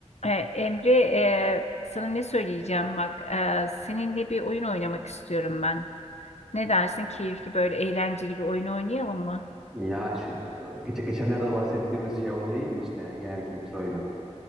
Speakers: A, on the left (about 65°); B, in the centre.
A: E, Emre, e, sana ne söyleyeceğim bak. E, seninle bir oyun oynamak istiyorum ben. Ne dersin? Keyifli böyle eğlenceli bir oyun oynayalım mı?
B: Ya şu geç- geçenlerde bahsettiğimiz şey oyunu değil mi işte genel kültür oyunu?